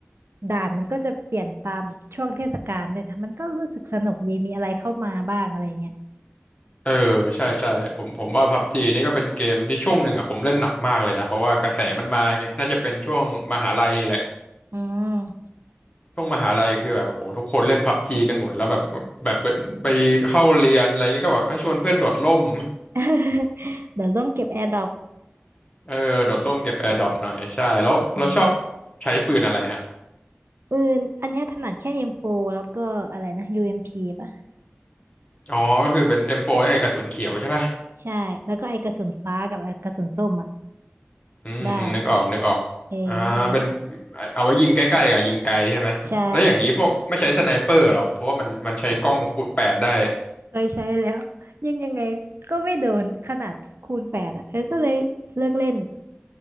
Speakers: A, on the right; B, on the left.
A: ด่านมันก็จะเปลี่ยนตามช่วงเทศกาลเลยนะมันก็รู้สึกสนุกดีมีอะไรเข้ามาบ้างอะไรเงี้ย
B: เออใช่ใช่ผมผมว่าพับจีนี่ก็เป็นเกมที่ช่วงหนึ่งอ่ะผมเล่นหนักมากเลยนะเพราะว่ากระแสมันมาไงน่าจะเป็นช่วงมหาลัยนี่แหละ
A: อืม
B: ช่วงมหาลัยคือแบบโอ้โหทุกคนเล่นพับจีกันหมดแล้วแบบแบบไปไปเข้าเรียนอะไรอย่างงี้ก็แบบเอ้ยชวนเพื่อนโดดร่ม
A: <laughs> เดี๋ยวร่วมเก็บแอร์ดรอป
B: <laughs> เออโดดร่มเก็บแอร์ดรอปหน่อยใช่แล้วเราชอบ
A: อืม
B: ใช้ปืนอะไรฮะ
A: ปืนอันเนี้ยถนัดแค่ M4 แล้วก็อะไรนะ UMP ป่ะ
B: อ๋อก็คือเป็น M4 ไอ้กระสุนเขียวใช่ป่ะ
A: ใช่แล้วก็ไอกระสุนฟ้ากับไอ้กระสุนส้มอ่ะ
B: อืมอืมนึกออกนึกออก
A: ได้เออนั่นแหละ
B: อ่าเป็นเอาไว้ยิงใกล้ๆกับยิงไกลใช่ไหมแล้วอย่างนี้พวกไม่ใช้สไนเปอร์หรอเพราะว่ามันมันใช้กล้องคูณแปดได้
A: ใช่เคยใช้แล้วยังยังไงก็ไม่โดนขนาดคูณแปดอ่ะเออก็เลยเลิกเล่น